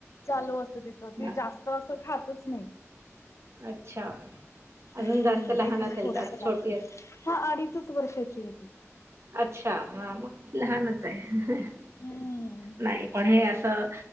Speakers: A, on the left; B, on the right.
A: चालू असत तिच
B: बर
A: ती जास्त असं खातच नाही
B: अच्छा
A: हम्म
B: अजून जास्त लहान
A: एकदम
B: असेल
A: थोडस
B: जास्त
A: लागत
B: छोटी
A: हा अडीचच वर्षाची आहे ती.
B: अच्छा हा मग लहानच आहे
A: हम्म
B: नाही पण हे असं